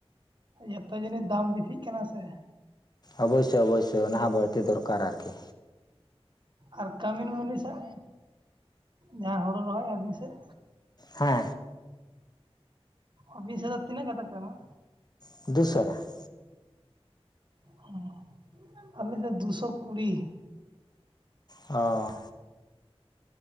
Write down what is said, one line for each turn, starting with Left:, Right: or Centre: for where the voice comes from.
Right: ᱡᱷᱚᱛᱚ ᱡᱤᱱᱤᱥ ᱫᱟᱢ ᱵᱮᱥᱤᱜ ᱠᱟᱱᱟ ᱥᱮᱼᱼ
Left: ᱚᱵᱚᱥᱥᱳᱭ ᱚᱵᱚᱥᱥᱳᱭ, ᱚᱱᱟ ᱦᱚᱸ ᱵᱟᱹᱲᱛᱤ ᱫᱚᱨᱠᱟᱨ ᱟᱨᱠᱤ᱾
Right: ᱟᱨ ᱠᱟᱹᱢᱤᱱ ᱢᱩᱱᱤᱥᱟᱜ ᱡᱟᱦᱟᱸ ᱦᱩᱲᱩ ᱨᱚᱦᱚᱭ ᱟᱹᱵᱤᱱ ᱥᱮᱫ
Left: ᱦᱮᱸ
Right: ᱟᱹᱵᱤᱱ ᱥᱮᱫ ᱫᱚ ᱛᱤᱱᱟᱹᱜ ᱠᱟᱛᱮᱫ ᱯᱮ ᱮᱢᱟ?
Left: <inaudible>
Right: ᱦᱚᱸ ᱟᱞᱮ ᱫᱚ ᱫᱩᱥᱚ ᱠᱩᱲᱤ
Left: ᱚ